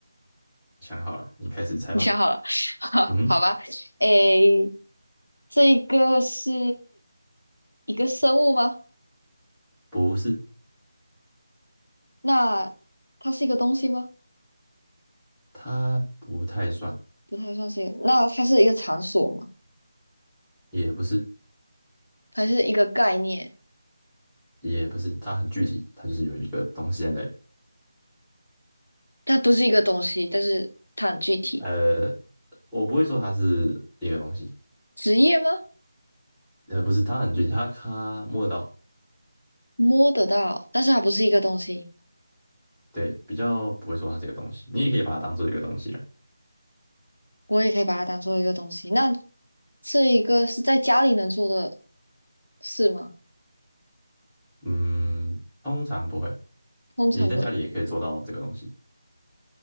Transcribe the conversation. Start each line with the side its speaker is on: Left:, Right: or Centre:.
Centre: 想好了，你开始猜吧。
Left: 你想好了？<laughs> 好，
Centre: 嗯，
Left: 好吧。哎，这个是一个生物吗？
Centre: 不是，
Left: 那它是一个东西吗？
Centre: 它不太算，
Left: 不太算是一个那它是一个场所吗？
Centre: 也不是，
Left: 它是一个概念，
Centre: 也不是，它很具体，它就是有一个东西在那里。
Left: 它不是一个东西，但是它很具体。
Centre: 呃，我不会说它是一个东西，
Left: 职业吗？
Centre: 呃，不是，它很具体，它它摸得到，
Left: 摸得到，但是它不是一个东西，
Centre: 对，比较不会说它这个东西。你也可以把它当做一个东西了。
Left: 我也可以把它当做一个东西。那这一个是在家里能做的事吗？
Centre: 嗯，通常不会。
Left: 通常不，
Centre: 你在家里也可以做到这个东西，